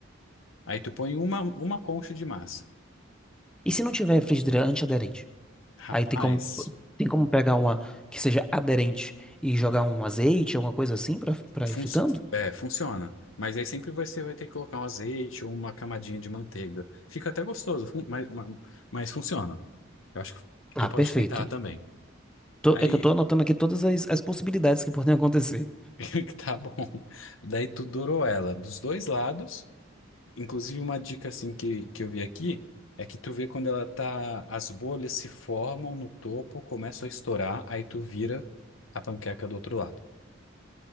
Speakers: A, on the left; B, in the centre.
A: Aí tu põe uma, uma concha de massa.
B: E se não tiver frigideira antiaderente?
A: Rapaz,
B: Aí tem como tem como pegar uma que seja aderente e jogar um azeite, alguma coisa assim pra para
A: func-
B: ir fritando?
A: é, funciona. Mas aí sempre você vai ter que colocar um azeite ou uma camadinha de manteiga. Fica até gostoso, fun- mas, mas, mas funciona. Eu acho que
B: Ah,
A: tu pode
B: perfeito.
A: tentar também.
B: Tô-
A: Aí,
B: é que eu tô anotando aqui todas as, as possibilidades que podem acontecer.
A: <laughs> tá bom. Daí tu dourou ela dos dois lados. Inclusive, uma dica assim que, que eu vi aqui é que tu vê quando ela tá, as bolhas se formam no topo, começam a estourar, aí tu vira a panqueca do outro lado.